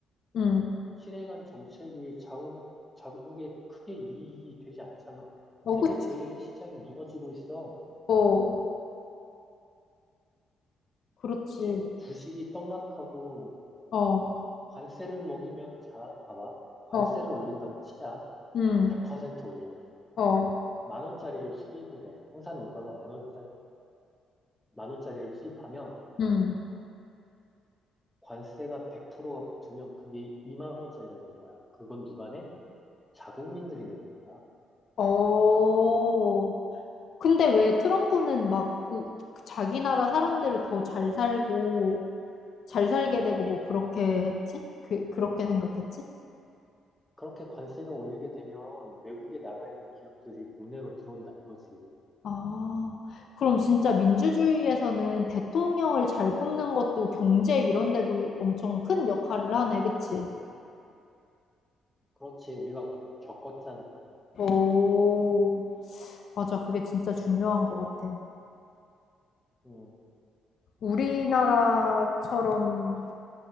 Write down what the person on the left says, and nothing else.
음.
어,
그치.
어, 그렇지.
어,
어,
음,
어,
음.
어, 근데 왜 트럼프는 막 우- 그 자기 나라 사람들을 더 잘 살고 잘 살게 되고 뭐 그렇게 했지? 그, 그렇게 생각했지?
아, 그럼 진짜 민주주의에서는 대통령을 잘 뽑는 것도 경제 이런 데도 엄청 큰 역할을 하네, 그치?
오, 맞아. 그게 진짜 중요한 것 같아.
우리나라처럼